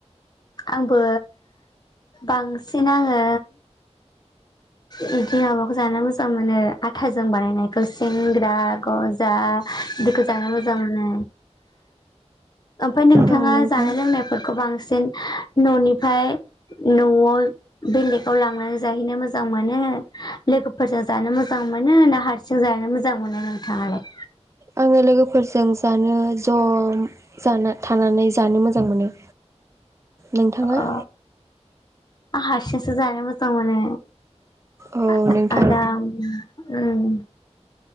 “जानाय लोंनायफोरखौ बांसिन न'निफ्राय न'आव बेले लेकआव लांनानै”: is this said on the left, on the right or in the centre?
Left